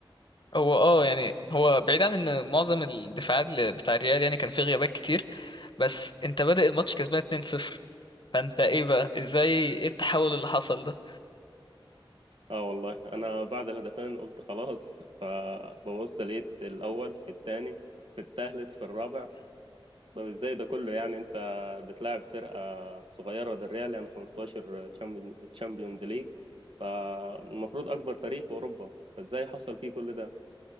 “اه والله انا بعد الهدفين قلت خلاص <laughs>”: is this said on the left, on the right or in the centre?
Right